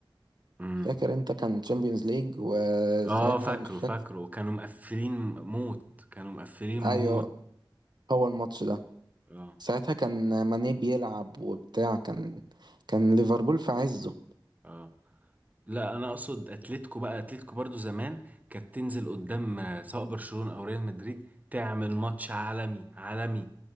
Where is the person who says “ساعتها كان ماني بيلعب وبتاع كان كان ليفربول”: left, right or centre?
Right